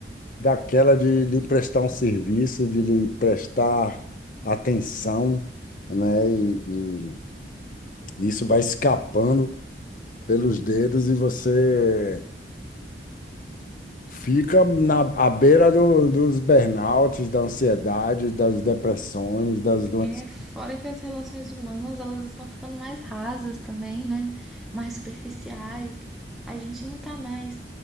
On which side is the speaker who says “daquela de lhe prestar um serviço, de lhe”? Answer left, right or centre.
Left